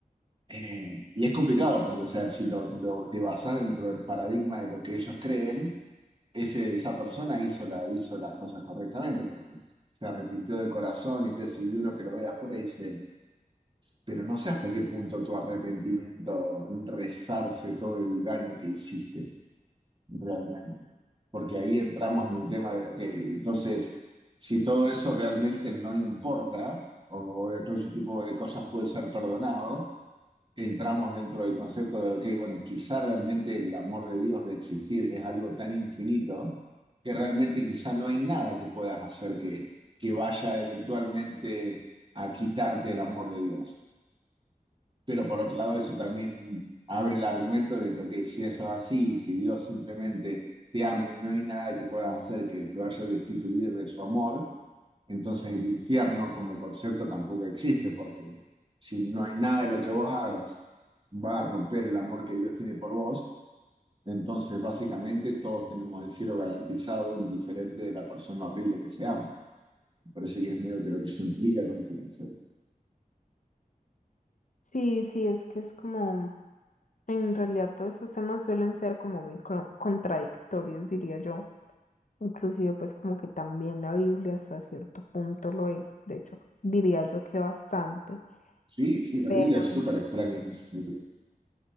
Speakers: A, on the right; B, on the left.
A: eh, y es complicado porque, o sea, si lo, lo, te basas dentro del paradigma de lo que ellos creen, ese- esa persona hizo, la, hizo las cosas correctamente porque se arrepintió de corazón y, te, y uno que lo ve de afuera dice, pero no sé hasta qué punto tu arrepentimiento resarce todo el daño que hiciste realmente. Porque ahí entramos en un tema de, ok, entonces, si todo eso realmente no importa, o, o todo ese tipo de cosas puede ser perdonado, entramos dentro del concepto de, ok, bueno, quizá realmente el amor de Dios de existir es algo tan infinito que realmente quizá no hay nada que puedas hacer que, que vaya eventualmente a quitarte el amor de Dios. Pero por otro lado, eso también abre el argumento de que, ok, si eso es así, si Dios simplemente te ama y no hay nada que puedas hacer que te vaya a destituir de su amor, entonces el infierno como concepto tampoco existe, porque si no hay nada de lo que vos hagas va a romper el amor que Dios tiene por vos, entonces básicamente todos tenemos el cielo garantizado, indiferente de la persona horrible que seamos. Me parece que es medio que lo que se implica con este concepto.
B: Sí, sí, es que es como, en realidad todos esos temas suelen ser como muy cro- contradictorios, diría yo. Inclusive pues como que también la Biblia hasta cierto punto lo es, de hecho, diría yo que bastante.
A: Sí, sí, la
B: Pero
A: Biblia es súper extraña en ese sentido.